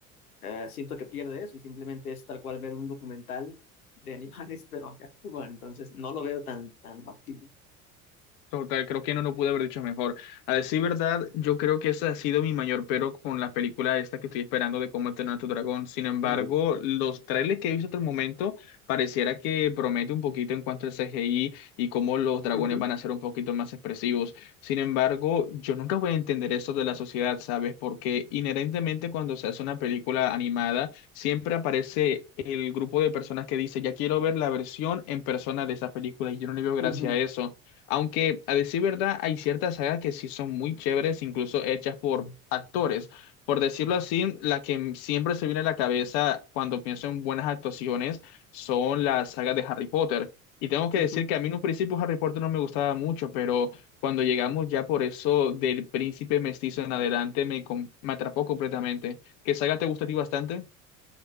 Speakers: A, on the left; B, on the left.
A: eh, siento que pierde eso y simplemente es tal cual ver un documental de animales, <laughs> pero acá, bueno, entonces no lo veo tan, tan factible.
B: Total, creo que no lo pude haber dicho mejor. A decir verdad, yo creo que ese ha sido mi mayor pero con la película esta que estoy esperando de cómo entrenar a tu dragón. Sin embargo,
A: Sí.
B: los trailers que he visto hasta el momento pareciera que promete un poquito en cuanto al CGI y cómo los dragones
A: Ujú,
B: van a ser un poquito más expresivos. Sin embargo, yo nunca voy a entender esto de la sociedad, ¿sabes? Porque inherentemente cuando se hace una película animada, siempre aparece el grupo de personas que dice, ya quiero ver la versión en persona de esa película y yo no le veo gracia
A: ujú,
B: a eso. Aunque a decir verdad, hay ciertas sagas que sí son muy chéveres, incluso hechas por actores. Por decirlo así, la que m- siempre se viene a la cabeza cuando pienso en buenas actuaciones son las sagas de Harry Potter. Y tengo que
A: ujú.
B: decir que a mí en un principio Harry Potter no me gustaba mucho, pero cuando llegamos ya por eso del príncipe mestizo en adelante me, com- me atrapó completamente. ¿Qué saga te gusta a ti bastante?